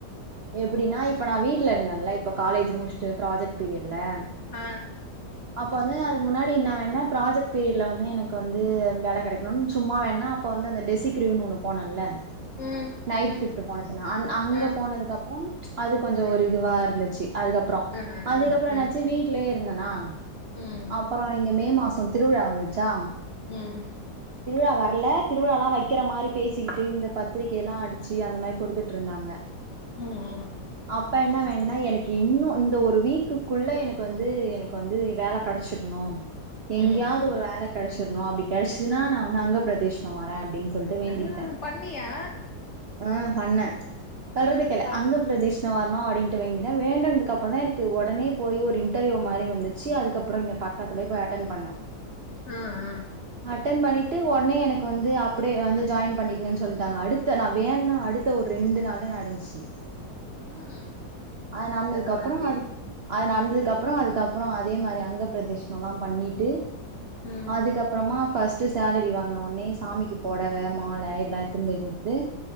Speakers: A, on the right; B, on the left.
A: எப்டின்னா இப்ப நா வீட்ல இருந்தேன்ல இப்ப காலேஜ் முச்சிட்டு ப்ராஜெக்ட் பீரியட்ல
B: ஆ
A: அப்ப வந்து அதுக்கு முன்னாடி என்ன வேண்ன ப்ராஜெக்ட் பீரியட்ல வந்து எனக்கு வந்து வேல கெடைக்கணுன் சும்மா வேண்ன அப்ப வந்து அந்த டெசிக்ரியு ஒன்னு போனல்ல
B: ம்
A: நைட்
B: ம்
A: ஷிஃப்ட்டு போனுச்சுனா அங் அங்க
B: ஆ
A: போனதுக்கப்றோ அது கொஞ்சோ
B: ம்
A: ஒரு இதுவா இருந்துச்சு அதுக்கப்றோ
B: ஆ ஆ
A: அதுக்கப்றோ
B: ஆ
A: என்னாச்
B: ம்
A: சு வீட்லே இருந்தனா
B: ம்
A: அப்பறோ இங்க மே மாசோ திருவிழா வந்துச்சா
B: ம்
A: திருவிழா வர்ல திருவிழாலா வைக் வக்கிற மாரி பேசிக்கிட்டு இந்த பத்திரிக்கையெல்லா அடிச்சு அந்த மாரி குடுத்துட் ட்ருந்தாங்க
B: ம்
A: அப்ப என்ன வேண்ன எனக்கு இன்னு இந்த ஒரு வீக்குக் குள்ள எனக்கு வந்து எனக்கு வந்து வேல கெடைச்சிண்ணு எங்யாது
B: ம் ம்
A: ஒரு வேல கெடைச் சுன்னு அப்டி கெடைச்சுதுன்னா நா வந்து அங்க பிரதேஷ்னு வரே அப்டின் சொல்ட்டு வேண்டிட்டே
B: ஆ பண்ணியா
A: ம் பண்ண கருதிக்கல
B: ஆ
A: அங்க பிரதேஷ்னம் வர்ணு அப்டின்ட்டு வேண்டிதா வேண்டதுக்கப்ற தா எனக்கு ஒடனே போய் ஒரு இன்டர்வியூ மாரி வந்துச்சு அதுக்கப்றோ இங்க பக்கத்துலே போய் அட்டென் பண்ண
B: ஆ ஆ
A: அட்டன் பண்ணிட்டு ஒன்னே எனக்கு வந்து அப்டே வந்து ஜாயின் பண்ணிக்குங்கன் சொல்ட்டாங்க அடுத்த நா வேண்ண அடுத்த ஒரு ரெண்டு ண்டு நாள்ல நடந்துச்சு
B: ம்
A: அது நந்ததுக்கு
B: பரவால்லயே
A: அப்றோ வந் அது நடந்ததுக்கு அப்றோ அப்றோ அதுக்கப்றோ அதே மாரி அங்க பிரதேஷ்னலா பண்ணிட்டு
B: ம்
A: அதுக்கப்றமா ஃபஸ்ட்டு சேலரி வாங்குன ஒன்னே சாமிக்கு பொடவ மால இதெல்லா எடுத்துன் போய் குடுத்து